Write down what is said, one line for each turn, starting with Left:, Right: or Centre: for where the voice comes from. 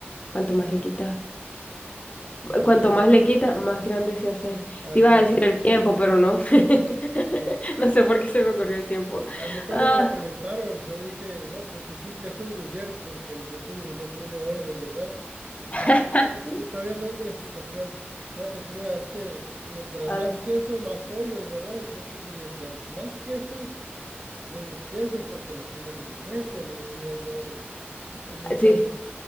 Left: ¿Cuánto más le quita?
Right: Más
Left: Cuanto
Right: grande
Left: más
Right: se
Left: le
Right: hace.
Left: quita, más grande se hace.
Right: Así
Left: Te iba
Right: es.
Left: a decir el tiempo, pero no. <laughs>
Right: No.
Left: No sé por qué se me ocurrió el tiempo.
Right: A mí cuando
Left: Ah,
Right: me la preguntaron, yo dije, no, pues es un queso gruyere, porque el queso gruyere tiene hoyos, ¿verdad? Y, to-
Left: <laughs>
Right: y, to- y, to- y todavía salgo con la explicación. No, pues mira, es que mientras
Left: a
Right: más
Left: ver.
Right: queso, más hoyos, ¿verdad? Entonces, mientras más queso, menos queso, porque en los suyos no hay queso, le decía yo al, al muchacho.
Left: Sí.